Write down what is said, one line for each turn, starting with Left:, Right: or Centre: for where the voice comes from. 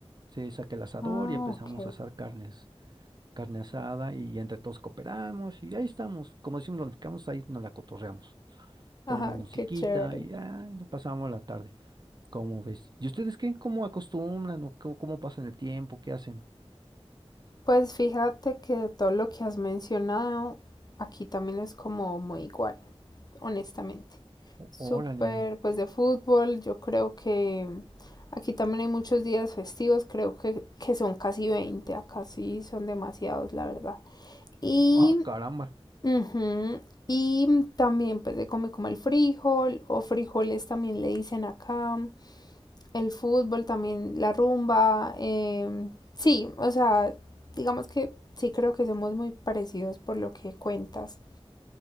Right: Se saca el asador
Left: Ah,
Right: y empezamos
Left: ok.
Right: a asar carnes. carne asada y entre todos cooperamos y ahí estamos. Como decimos los mexicanos, ahí nos la cotorreamos.
Left: Ajá,
Right: Ponemos musiquita
Left: qué chévere.
Right: y ya pasamos la tarde. ¿Cómo ves? ¿Y ustedes qué? ¿Cómo acostumbran o cómo, cómo pasan el tiempo? ¿Qué hacen?
Left: Pues fíjate que todo lo que has mencionado, aquí también es como muy igual. honestamente.
Right: Ó-
Left: Súper,
Right: Órale.
Left: pues de fútbol, yo creo que aquí también hay muchos días festivos, creo que, que son casi veinte acá sí son demasiados, la verdad. Y,
Right: Ah, caramba.
Left: ujú, y también pues se come como el frijol o frijoles también le dicen acá, el fútbol también, la rumba, em, sí, o sea, digamos que sí creo que somos muy parecidos por lo que cuentas,